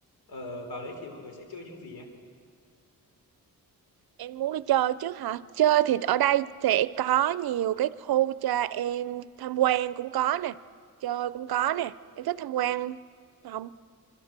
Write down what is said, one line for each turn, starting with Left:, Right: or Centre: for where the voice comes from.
Left: ờ, vào đấy thì mọi người sẽ chơi những gì ấy?
Right: Em muốn đi chơi chứ hả? Chơi thì ở đây sẽ có nhiều cái khu cho em tham quan cũng có nè. Chơi cũng có nè. Em thích tham quan không?